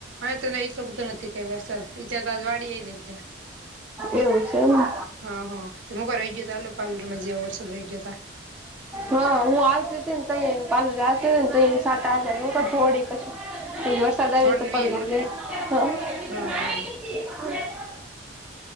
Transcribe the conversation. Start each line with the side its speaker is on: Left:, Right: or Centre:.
Right: હ તો ને એઈ તો બધું નથી ક વરસાદ ઈજા તો આજ વાડી જ નેં <unintelligible>
Centre: એવું છે એમ.
Right: હા હા તો મોકો રહી જતાલ પ્લરમાં જેવા વરસાદ રહી જતા
Centre: હા હું આવતી હતી ને ત પાલરે આવતી હતી ને તો સાટાડી પછી વરસાદ આવી
Right: થોડ
Centre: તો
Right: એમ
Centre: પળ
Right: હા હા.
Centre: એ <inaudible>